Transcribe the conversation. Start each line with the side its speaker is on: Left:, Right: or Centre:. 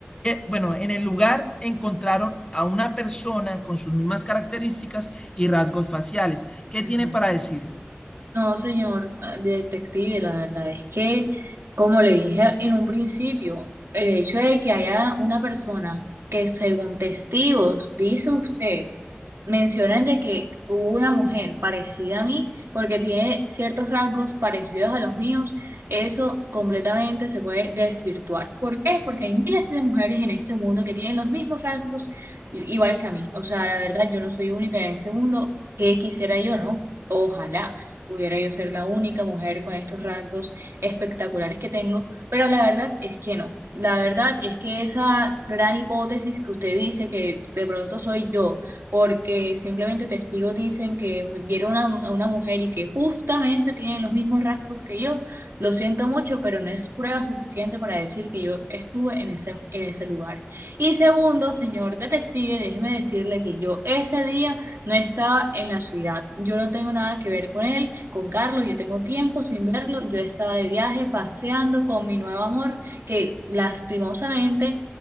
Left: bueno, en el lugar encontraron a una persona con sus mismas características y rasgos faciales. ¿Qué
Right: ujú.
Left: tiene para decir?
Right: No, señor detective, la verdad es que, como le dije en un principio, el hecho de que haya una persona que según testigos, dice usted, mencionan de que hubo una mujer parecida a mí, porque tiene ciertos rasgos parecidos a los míos, eso completamente se puede desvirtuar. ¿Por qué? Porque hay miles de mujeres en este mundo que tienen los mismos rasgos i- iguales que a mí. O sea, la verdad, yo no soy única en este mundo. ¿Qué quisiera yo, no? Ojalá pudiera yo ser la única mujer con estos rasgos espectaculares que tengo, pero la verdad es que no. La verdad es que esa gran hipótesis que usted dice que de pronto soy yo, porque simplemente testigos dicen que me vieron a, un- a una mujer y que justamente tiene los mismos rasgos que yo. Lo siento mucho, pero no es prueba suficiente para decir que yo estuve en ese, en ese lugar. Y segundo, señor detective, déjeme decirle que yo ese día no estaba en la ciudad. Yo no tengo nada que ver con él, con Carlos, yo tengo tiempo sin verlo. Yo estaba de viaje paseando con mi nuevo amor, que lastimosamente